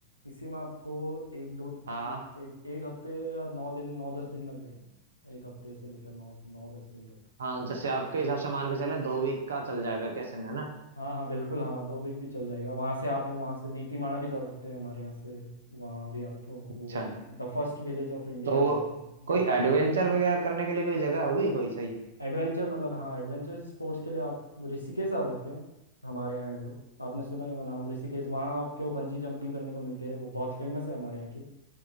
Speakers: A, on the left (about 80°); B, on the right (about 65°).
A: इसी में आपको एक दो
B: हाँ
A: एक एक, एक हफ्ते या नौ दिन नौ दस दिन लग जाएंगे एक हफ्ते से लेकर नौ नौ दस दिन तक
B: हाँ जैसे आपके हिसाब से मान के चले दो वीक का चल जाए वैकेशन है ना
A: हाँ हाँ बिल्कुल हाँ दो वीक भी चल जाएगा वहाँ से आप वहाँ से नीतीमाणा भी जा सकते हैं हमारे यहाँ से वहाँ भी आप वो
B: अच्छा
A: the first village of India
B: तो
A: कहते हैं
B: कोई एडवेंचर वगैरह करने के लिए कोई जगह होगी कोई सही
A: एडवेंचर मतलब हाँ एडवेंचर स्पोर्ट्स के लिए आप ऋषिकेश आ सकते हैं हमारे यहाँ है जो आपने सुना है वो नाम ऋषिकेश वहाँ आपको बंजी जंपिंग करने को मिलते हैं वो बहुत फेमस है हमारे यहाँ की